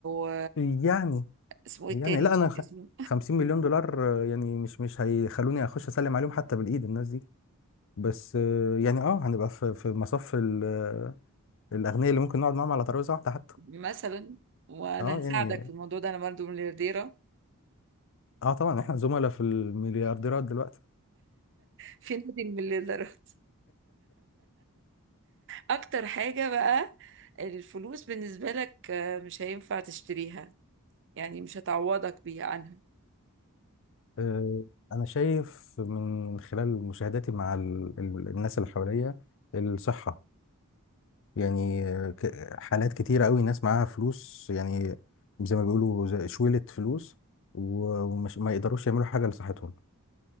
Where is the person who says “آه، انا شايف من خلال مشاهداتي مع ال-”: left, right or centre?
Left